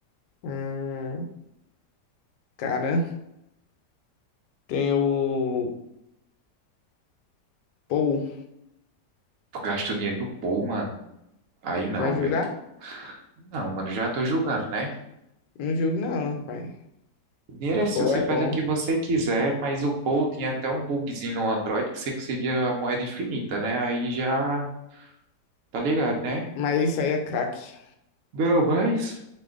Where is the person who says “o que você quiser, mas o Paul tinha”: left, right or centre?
Right